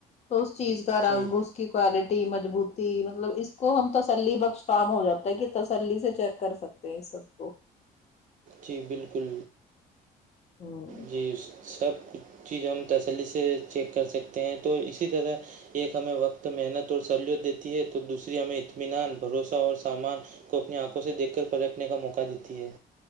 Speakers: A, on the left (about 40°); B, on the right (about 50°).
A: تو اس چیز کا رنگ
B: جی
A: اس کی کوالٹی مضبوطی مطلب اس کو ہم تسلی بخش کام ہو جاتا ہے کہ تسلی سے چیک کر سکتے ہیں تو ان سب کو
B: جی بالکل
A: ہ
B: جی سب کچھ چیز ہم تسلی سے چیک کر سکتے ہیں تو اسی طرح ایک ہمیں وقت محنت اور سہولت دیتی ہے تو دوسری ہمیں اطمینان بھروسہ اور سامان کو اپنی آنکھوں سے دیکھ کر پلٹنے کا موقع دیتی ہے